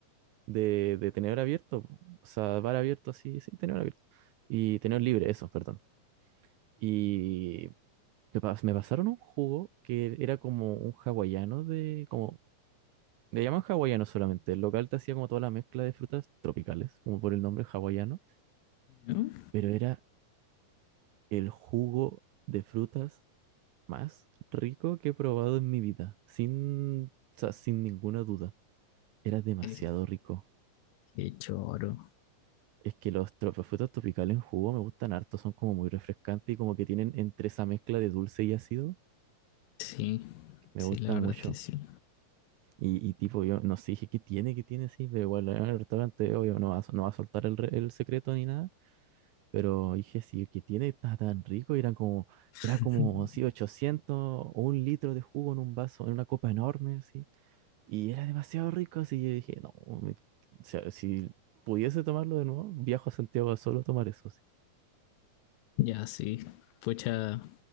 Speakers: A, on the right; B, on the left.
A: de, de tenedor abierto, po. o sea, bar abierto así, sí, tenedor abierto. Y tenedor libre, eso, perdón. Y me pas- me pasaron un jugo que era como un hawaiano de, como, le llaman hawaiano solamente. El local te hacía como toda la mezcla de frutas tropicales, como por el nombre hawaiano,
B: Ujú.
A: pero era el jugo de frutas más rico que he probado en mi vida, sin, o sea, sin ninguna duda. Era demasiado
B: Es
A: rico.
B: Qué choro.
A: Es que los frutos tropicales en jugo me gustan harto, son como muy refrescantes y como que tienen entre esa mezcla de dulce y ácido,
B: Sí,
A: me
B: sí,
A: gusta
B: la verdad
A: mucho.
B: es que sí.
A: Y, y tipo, yo no sé, dije, ¿qué tiene? ¿Qué tiene? Sí, pero igual en el restaurante, obvio, no va, a sol- no va a soltar el, re- el secreto ni nada. Pero dije, sí, ¿qué tiene? Está tan rico. Y eran como,
B: <laughs>
A: era como, sí, 800 o un litro de jugo en un vaso, en una copa enorme, sí. Y era demasiado rico, así yo dije, no, me- o sea, si pudiese tomarlo de nuevo, viajo a Santiago a solo tomar eso.
B: Ya, sí. Pucha,